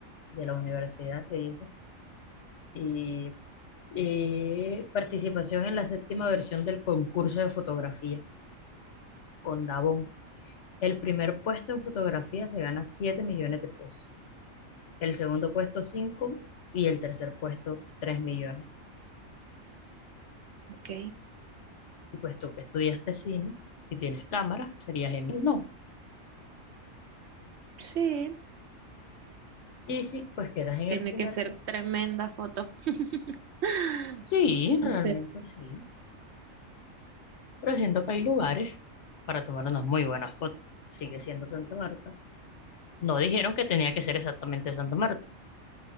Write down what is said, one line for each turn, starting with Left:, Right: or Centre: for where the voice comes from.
Left: de la universidad que dice, y, y participación en la séptima versión del concurso de fotografía con Davón. El primer puesto en fotografía se gana 7 millones de pesos, el segundo puesto 5 y el tercer puesto 3 millones.
Right: Ok,
Left: Y pues tú que estudiaste cine y tienes cámara, sería genial, ¿no?
Right: sí,
Left: Y si pues quedas en
Right: tiene
Left: el primer
Right: que ser
Left: puesto.
Right: tremenda foto. <laughs>
Left: Sí,
Right: Tiene
Left: realmente
Right: que ser
Left: sí. pero siento que hay lugares para tomar unas muy buenas fotos. Sigue siendo Santa Marta. No dijeron que tenía que ser exactamente Santa Marta.